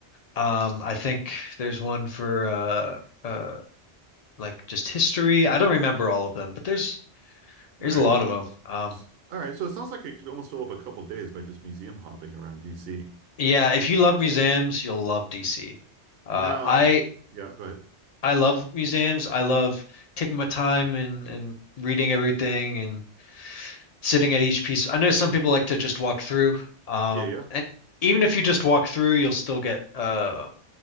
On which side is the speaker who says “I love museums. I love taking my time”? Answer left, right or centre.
Left